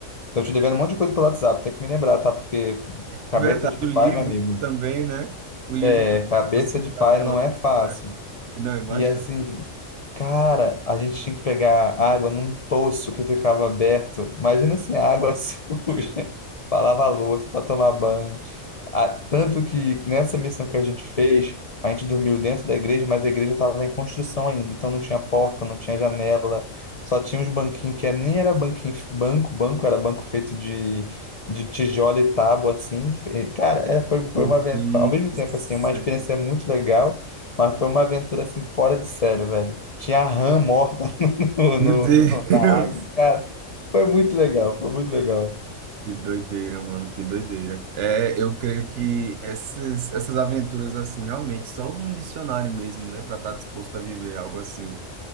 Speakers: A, on the left (about 35°); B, on the right (about 65°).
A: Eu te devendo um monte de coisa pelo WhatsApp, tem que me lembrar, tá? Porque cabeça
B: É Verdade,
A: de
B: o
A: pai,
B: livro
A: meu amigo,
B: também, né? O livro
A: é,
B: que
A: cabeça
B: você mudou
A: de pai
B: aquela
A: não
B: última
A: é fácil.
B: conversa. Não, imagina.
A: E assim, cara, a gente tinha que pegar água num poço que ficava aberto. Imagina assim, água <laughs> suja, pra lavar louça, pra tomar banho. A- tanto que nessa missão que a gente fez, a gente dormiu dentro da igreja, mas a igreja estava em construção ainda, então não tinha porta, não tinha janela, só tinha uns banquinhos que era- nem era banquinho, banco, banco, era banco feito de, de tijolo e tábua, assim. E, Cara, é, foi, foi
B: Meu
A: uma aventura,
B: Deus
A: ao mesmo tempo,
B: do céu.
A: assim, uma experiência muito legal, mas foi uma aventura, assim, fora de sério, velho. Tinha rã morta <laughs> no,
B: Meu Deus.
A: no- na água,
B: <laughs>
A: cara, foi muito legal, foi muito legal.
B: Que doideira, mano, que doideira. É, eu creio que essas, essas aventuras, assim, realmente só um missionário mesmo, né? Pra estar disposto a viver algo assim.